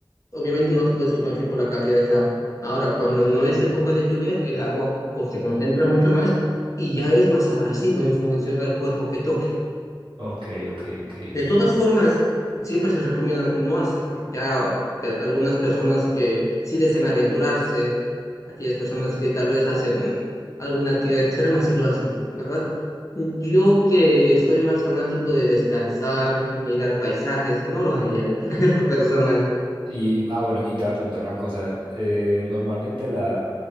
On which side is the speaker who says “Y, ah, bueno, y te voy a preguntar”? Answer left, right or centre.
Right